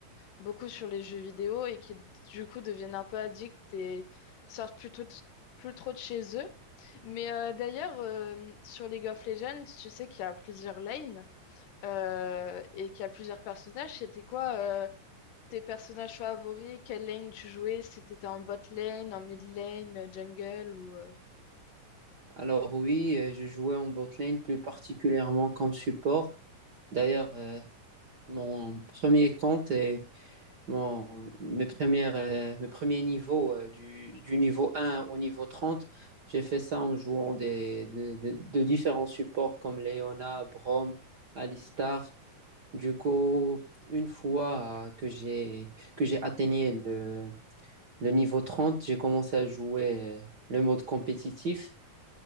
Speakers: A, on the left (about 75°); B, on the right (about 50°).
A: beaucoup sur les jeux vidéo et qui du coup deviennent un peu addicts et sortent plutôt de- plus trop de chez eux. Mais euh, d'ailleurs euh, sur League of Legends tu sais qu'il y a plusieurs lanes euh, et qu'il y a plusieurs personnages. C'était quoi euh, tes personnages favoris? Quelle lane tu jouais? Si t'étais en bot lane, en mid lane, euh, jungle ou... euh,
B: Alors oui, euh, je jouais en botlane, plus particulièrement comme support. D'ailleurs, euh, mon premier compte est Bon, mes premières, euh, mes premiers niveaux, euh, du, du niveau un au niveau trente j'ai fait ça en jouant des, des- des- de différents supports comme Leona, Brom, Alistar. Du coup, une fois euh, que j'ai que j'ai atteigné le, le niveau trente j'ai commencé à jouer euh, le mode compétitif